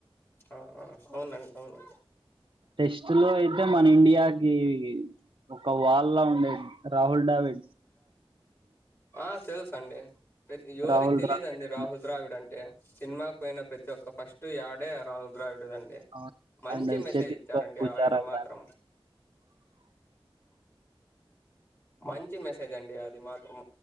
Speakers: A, on the left (about 25°); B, on the right (about 55°).
A: ఆ అవునండి అవునండి
B: టెస్ట్ లో అయితే మన ఇండియాకి ఒక వాళ్ళలా ఉండేది రాహుల్ డావి
A: ఆ తెలుస అండి ప్రతి ఎవరికి
B: రాహుల్
A: తెలియదండి
B: ద్రావిడ్
A: రాహుల్ ద్రావిడ్ అంటే సినిమాకి పోయిన ప్రతి ఒక్క ఫస్ట్ డే రాహుల్ ద్రావిడు అ
B: అవును.
A: మంచి
B: అండ్
A: మెసేజ్
B: చతీశ్వర్
A: ఇచ్చారండి
B: పుజారా
A: ఆయన మాత్రం
B: గాని
A: <inaudible> మంచి మెసేజ్ అండి అది మాత్రం